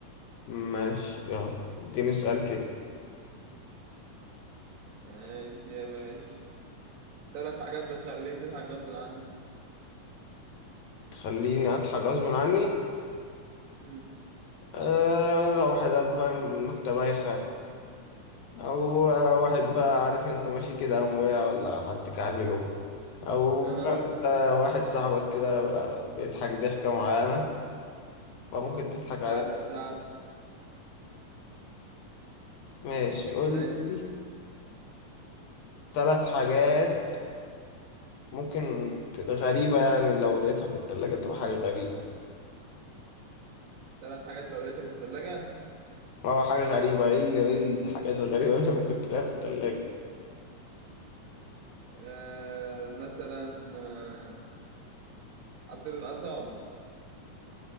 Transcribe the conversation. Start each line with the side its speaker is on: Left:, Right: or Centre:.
Left: ماشي يلا اديني سؤال كده
Right: ماشي يا باشا ثلاث حاجات بتخليك تضحك غصب عنك
Left: تخليني أضحك غصب عني
Right: امم
Left: أه لو واحد قال بقى نكتة بايخة أو آه، واحد بقى عارف أنت ماشي كده قام وقع ولا حد كعبله أو
Right: آه.
Left: فاهم أنت واحد صاحبك كده بيضحك ضحكة معينة فممكن تضحك
Right: <laughs>
Left: عليه
Right: عارفه ده عارفه
Left: ماشي قول
Right: ماشي
Left: لي تلات حاجات ممكن ت- غريبة يعني لو لقيتها في التلاجة تبقى حاجة غريبة
Right: ثلاث حاجات لو لقيتها في الثلاجة
Left: اه حاجة غريبة ايه اللي ايه الحاجات الغريبة اللي ممكن تلاقيها في التلاجة
Right: آه مثلا آه عصير القصب